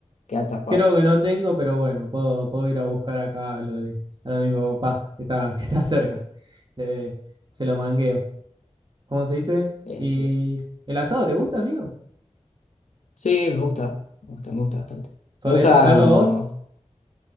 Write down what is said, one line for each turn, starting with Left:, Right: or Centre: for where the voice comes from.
Left: Queda tapado.
Right: Creo que no tengo, pero bueno, puedo, puedo ir a buscar acá a lo de, a lo de mi papá, que está, <laughs> que está cerca. Eh, se lo mangueo. ¿Cómo se dice?
Left: Eh,
Right: ¿Y
Left: bien.
Right: el asado te gusta, amigo?
Left: Sí, me gusta, me gusta, me gusta bastante.
Right: ¿Solés
Left: Me gusta
Right: hacerlo
Left: como...
Right: vos?